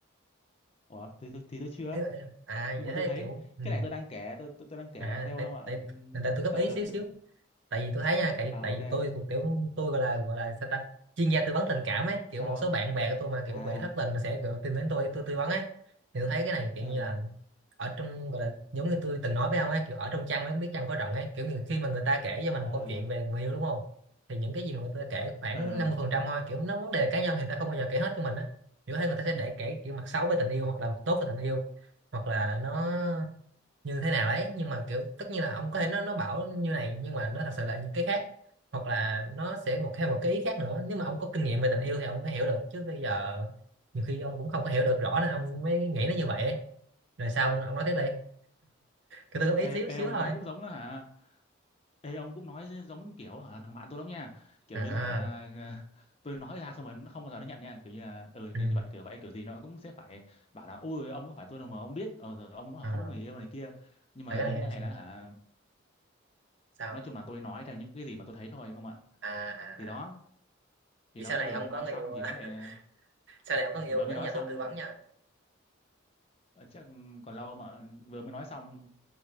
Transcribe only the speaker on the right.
Ý là- à
vậy
thế
kiểu ừ.
à
tại
tại
tại tại tôi góp
ý xíu xíu
tại vì tôi thấy nha tại
tại
vì tôi cũng kiểu tôi gọi là gọi là sao ta chuyên gia tư vấn tình cảm ấy kiểu
một số bạn bè của tôi mà kiểu
bị thất tình là sẽ kiểu tìm đến tôi tôi tư vấn ấy thì tôi thấy cái này kiểu
như là ở trong gọi là giống như tôi từng nói với ông ấy kiểu ở trong chăn ấy biết chăn có rận ấy kiểu như khi mà người ta kể cho mình
một câu chuyện về người yêu đúng không thì những cái gì mà người ta kể khoảng
50 phần trăm thôi kiểu nó vấn đề cá nhân thì người ta không bao giờ kể hết cho mình á kiểu thấy người ta sẽ để kể kiểu mặt xấu về tình yêu hoặc là mặt tốt về tình yêu hoặc là nó như thế nào đấy nhưng mà kiểu tất nhiên là ông có thể nó nó bảo như này nhưng mà nó thật sự là những cái khác hoặc là nó sẽ một thêm một cái ý khác nữa nếu mà ông có kinh nghiệm về tình yêu thì ông mới hiểu được chứ bây giờ nhiều khi ông cũng không có hiểu được rõ nên ông mới nghĩ nó như vậy ấy. rồi sao ông, ông nói tiếp đi cứ tôi góp
ý xíu
xíu
thôi
à
ừ,
à,
tại
cái
này
sao
à à
à
vậy
sau này
ông
có người
yêu
<laughs> sau này ông có người yêu
nhớ
nhà
tôi tư vấn nha